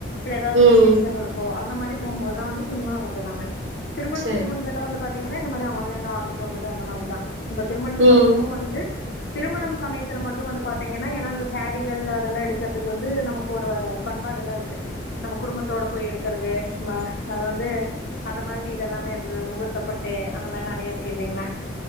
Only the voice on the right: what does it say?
ம்
ம்
சரி
ம்